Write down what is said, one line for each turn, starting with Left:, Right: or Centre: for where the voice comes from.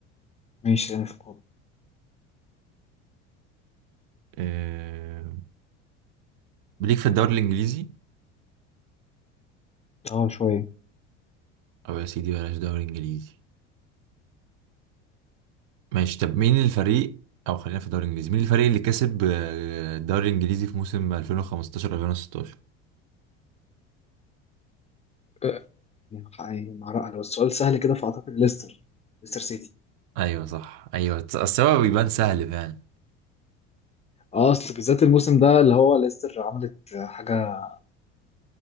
Left: ماشي انا في كورة
Right: أه... ليك في الدوري الإنجليزي
Left: اه شوية
Right: أو يا سيدي بلاش دوري إنجليزي ماشي طب مين الفريق أو خلينا في الدوري الإنجليزي مين الفريق اللي كسب آه، الدوري الإنجليزي في موسم 2015 2016
Left: آه، يعني يعني مع رأي لو السؤال سهل كده فأعتقد ليستر ليستر سيتي
Right: أيوة صح أيوة السبب بيبان سهل فعلا
Left: اه اصل بالذات الموسم ده اللي هو ليستر عملت حاجة